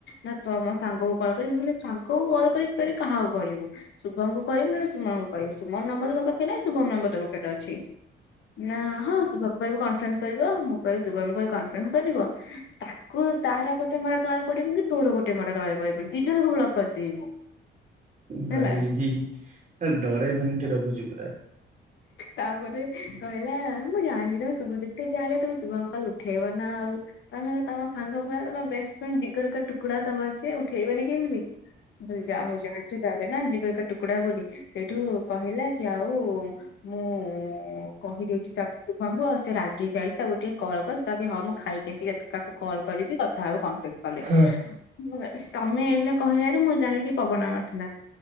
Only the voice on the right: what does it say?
ଭାଇ
ରେ, ପୁରା ଡରେଇ ଧମକେଇ ରଖୁଛି ପୁରା।
ହଁ